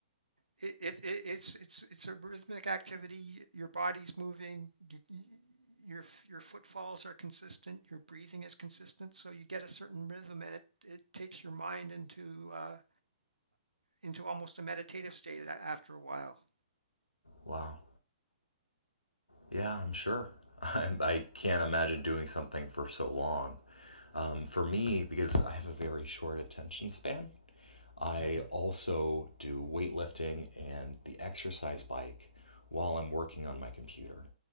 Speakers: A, on the right (about 80°); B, on the left (about 85°).
A: it, it, it it's it's it's a rhythmic activity. Your body's moving. You, your your footfalls are consistent. Your breathing is consistent. So you get a certain rhythm, and it it takes your mind into uh, into almost a meditative state a- after a while.
B: Wow. Yeah, I'm sure. <laughs> I, I can't imagine doing something for so long. Um, for me, because I have a very short attention span, I
A: hmm
B: also do weightlifting and the exercise bike while I'm working on my computer.